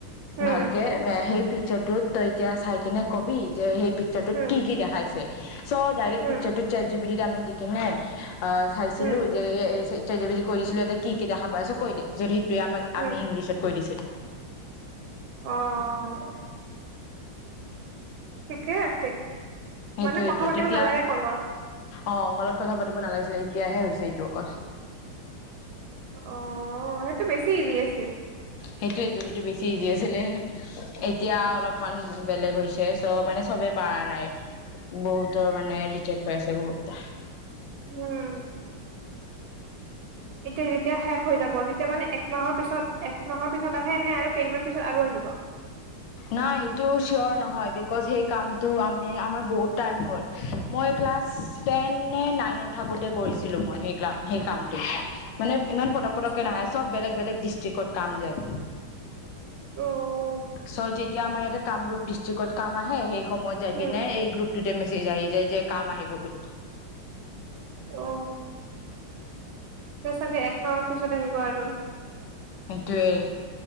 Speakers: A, on the right; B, on the left.
A: উম
B: ভালকে, এ সেই পিকচাৰটোত তই এতিয়া চাই কিনে কবি যে, সেই পিকচাৰটোত
A: উম
B: কি কি দেখাইছে? চ ডাইৰেক্ট
A: উম
B: পিকচাৰটো চেট জিপিটি দি, আমি দি কিনে অ' চাইছিলো
A: উম
B: যে, এ চেট জিপিটিক কৈ দিছিলো, ইয়াতে কি কি দেখা পাইছ কৈ দে। যদি ত' আমাক-আমি
A: উম
B: ইংলিছত কৈ দিছিলো।
A: অ'। ঠিকেই আছিল,
B: সেইটোৱেইটো
A: মানে কথা পাতিব
B: তেতিয়া
A: নালাগে কলত?
B: অ' কলত কথা পাতিব নালাগিছিলে, এতিয়াহে হৈছে এইটো অকল।
A: অ' সেইটো বেছি ইজি আছিল।
B: সেইটো এইটো, সেইটো বেছি ইজি আছিলে। এতিয়া অলপমান বেলেগ হৈছে। ত' মানে চবে পাৰা নাই। বহুতৰ মানে ৰিচেক্ হৈ আছে বহুত। তা
A: উম। এতিয়া যেতিয়া শেষ হৈ যাব, তেতিয়া মানে একমাহৰ পিছত, একমাহৰ পিছত আহে? নে আৰু কেইদিনমান পিছত আৰু আহিব?
B: নাই। সেইটো চিয়ৰ নহয়, বিকজ সেই কামটো আমি আমাৰ বহুত টাইম হ'ল। মই ক্লাছ টেন নে নাইনত থাকোতে কৰিছিলো, মই সেই কা-সেই কামটো। মানে ইমান পটক-পটককে
A: আচ্ছা
B: নাহে, চব বেলেগ বেলেগ ডিষ্ট্ৰিকত কাম যায়।
A: অ'।
B: চ যেতিয়া আমাৰ ইয়াতে কামৰূপ ডিষ্ট্ৰিকত কাম আহে, সেই সময় যাই
A: উম
B: কেনে, এই গ্ৰুপ তে মেছেজ আহি যায় যে, কাম আহিব বুলি।
A: অ'। ত' চাগে একমা মান পিছত আহিব আৰু।
B: সেইটোয়েই।